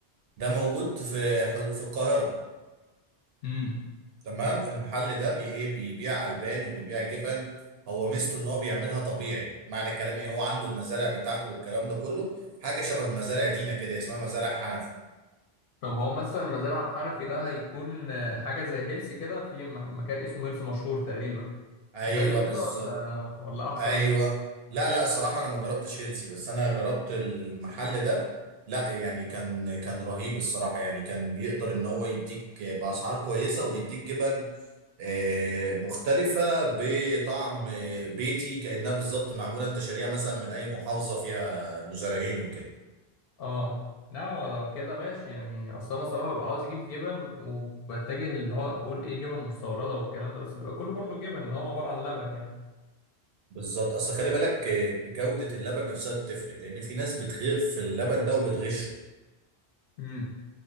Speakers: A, on the right; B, on the left.
A: ده موجود في حد- في القاهرة
B: امم
A: تمام المحل ده بي ايه بيبيع البان وبيبيع جبن هو ميزته ان هو بيعملها طبيعي معنى الكلام ايه هو عنده المزارع بتاعته والكلام ده كله حاجة شبه مزارع دينا كده اسمها مزارع حنفي
B: طب هو مثلا مزارع حنفي ده هيكون آه، حاجة زي هيلسي كده في مه- مكان اسمه هيلسي مشهور تقريبا
A: ايوه
B: زيه
A: بالظبط
B: كده ولا ولا احسن
A: ايوه لا لا الصراحة انا ما جربتش هيلسي بس انا جربت المحل ده لا يعني كان كان رهيب الصراحة يعني كان بيقدر ان هو يديك بأسعار كويسة وبيديك جبن آه، مختلفة بطعم آه، بيتي كأنها بالظبط معمولة انت شاريها مثلا من أي محافظة فيها مزارعين وكده
B: اه لا هو لو كده ماشي يعني اصل انا الصراحه ببقى عاوز اجيب جبن وبتجه اللي هو اقول ايه جبن مستورده والكلام ده بس بيبقى كله برضو جبن اللي هو عباره عن لبن يعني
A: بالظبط أصل خلي بالك آه، جودة اللبن نفسها بتفرق لأن في ناس بتغف في اللبن ده وبتغشه
B: امم